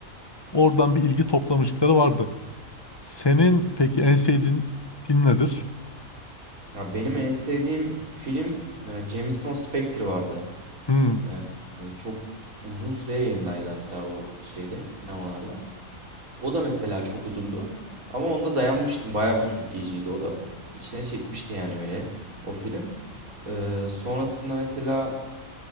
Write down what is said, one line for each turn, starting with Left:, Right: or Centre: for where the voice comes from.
Left: Oradan bir ilgi toplamışlıkları vardı. Senin peki en sevdiğin film nedir?
Right: Ya benim en sevdiğim film e, James Bond Spectre vardı.
Left: Hmm,
Right: Ee, e, çok uzun süre yayındaydı hatta o şeyde sinemalarda. O da mesela çok uzundu. Ama onda dayanmıştım. Bayağı bir sürükleyiciydi o da. İçine çekmişti yani beni o film. Ee, sonrasında mesela